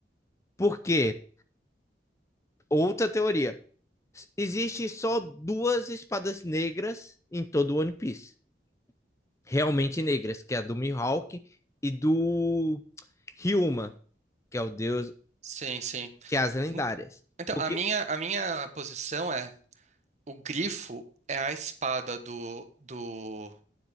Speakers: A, on the left; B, on the right.
A: Porque, outra teoria, existem só duas espadas negras em todo o One Piece. realmente negras, que é a do Mihawk e do Ryuma, que é o deus,
B: sim, sim.
A: que é as lendárias.
B: En- Então,
A: Porque,
B: a minha, a minha posição é: o grifo é a espada do, do